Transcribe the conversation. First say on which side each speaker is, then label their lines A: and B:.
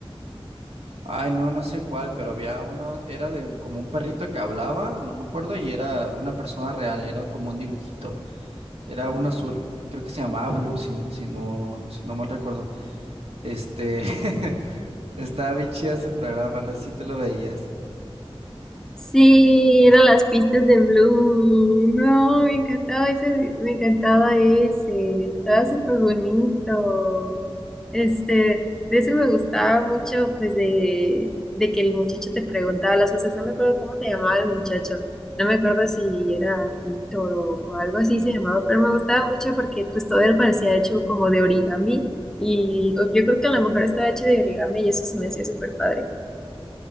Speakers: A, on the right; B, in the centre.
A: Ay, no, no sé cuál, pero había uno, era de un- como un perrito que hablaba, no me acuerdo, y era una persona real, era como un dibujito, era un azul, creo que se llamaba Blue, si, si no, si no mal recuerdo. Este, <laughs> estaba bien chido ese programa, no sé si tú lo veías.
B: Sí, eran las pistas de Blue. No, me encantaba ese, me encantaba ese. Estaba súper bonito. Este, de ese me gustaba mucho, pues, de, de que el muchacho te preguntaba las cosas. No me acuerdo cómo se llamaba el muchacho. No me acuerdo si era Víctor o algo así se llamaba, pero me gustaba mucho porque pues todo él parecía hecho como de origami. Y pues, yo creo que a lo mejor estaba hecho de origami y eso se me hacía súper padre.